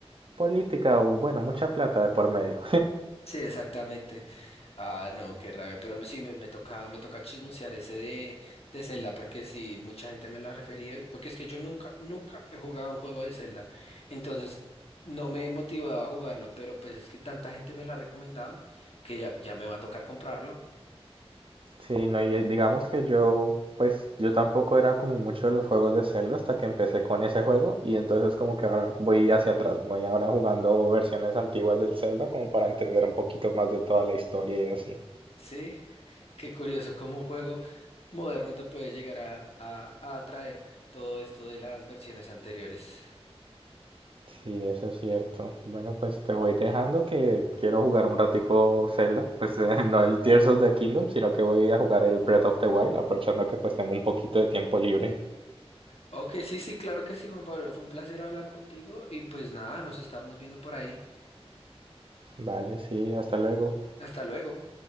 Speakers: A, on the right; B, on the left.
A: política o bueno, mucha plata de por medio.
B: Sí, exactamente. Ah, no, qué rabia. Pero sí, me, me toca, me toca chismosear ese de, de Zelda, porque sí, mucha gente me lo ha referido. y Porque es que yo nunca, nunca he jugado un juego de Zelda. Entonces, no me he motivado a jugarlo, pero pues es que tanta gente me lo ha recomendado que ya, ya me va a tocar comprarlo.
A: Sí, no, y eh, digamos que yo, pues yo tampoco era como mucho de los juegos de Zelda hasta que empecé con ese juego y entonces como que ahora voy hacia atrás, voy ahora jugando versiones antiguas del Zelda como para entender un poquito más de toda la historia y así.
B: Sí, qué curioso, como un juego moderno te puede llegar a, a, a atraer todo esto de las versiones anteriores.
A: Sí, eso es cierto. Bueno, pues te voy dejando que quiero jugar un ratico Zelda, pues eh, <laughs> no el Tears of the Kingdom, sino que voy a jugar el Breath of the Wild, aprovechando que pues tengo un poquito de tiempo libre.
B: Ok, sí, sí, claro que sí, Juan Pablo. Fue un placer hablar contigo y pues nada, nos estamos viendo por ahí.
A: Vale, sí, hasta luego.
B: Hasta luego.